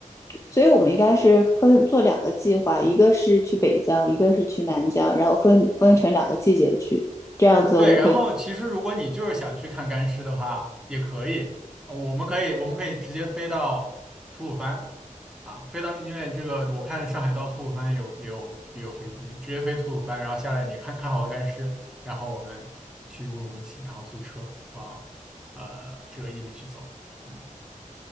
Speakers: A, on the left; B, in the centre.
A: 所以我们应该是分做两个计划，一个是去北疆，一个是去南疆，然后分分成两个季节去，这样子我们可以。
B: 对，然后其实如果你就是想去看干尸的话，也可以，呃我们可以我们可以直接飞到吐鲁番啊，飞到，因为这个我看上海到吐鲁番也有也有也有飞机，直接飞吐鲁番，然后下来你看看好了干尸，然后我们去乌鲁木齐，然后租车往呃这个伊犁去走，嗯